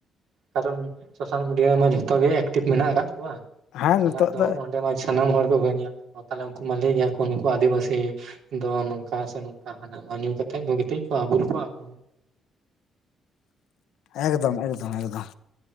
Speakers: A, on the right; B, on the left.
A: ᱠᱟᱨᱚᱱ ᱥᱳᱥᱟᱞ ᱢᱤᱰᱤᱭᱟ ᱨᱮᱢᱟ ᱡᱷᱚᱛᱚ ᱜᱮ ᱮᱠᱴᱤᱵᱷ ᱢᱮᱱᱟᱜ ᱟᱠᱟᱫ ᱠᱚᱣᱟ
B: ᱦᱮᱸ
A: ᱛᱟᱦᱚᱞᱮ
B: ᱱᱤᱛᱚᱜ
A: ᱟᱫᱚ
B: ᱫᱚ
A: ᱚᱸᱰᱮ ᱢᱟ ᱥᱟᱱᱟᱢ ᱦᱚᱲ ᱠᱚᱠᱚ ᱧᱮᱞᱠᱚᱣᱟ ᱛᱟᱦᱚᱞᱮ ᱩᱱᱠᱩ ᱢᱟ ᱞᱟᱹᱭ ᱜᱮᱭᱟ᱾ ᱱᱩᱠᱩ ᱟᱹᱫᱤᱵᱟᱹᱥᱤ ᱫᱚ ᱱᱚᱝᱠᱟ ᱥᱮ ᱱᱚᱝᱠᱟ ᱦᱟᱱᱟ ᱧᱩ ᱠᱟᱛᱮᱜ ᱵᱩᱜᱤᱛ ᱠᱚᱣᱟ ᱵᱩᱞ ᱠᱚᱣᱟ ᱠᱚ
B: ᱮᱠᱫᱚᱢ ᱮᱠᱫᱚᱢ ᱮᱠᱫᱚᱢ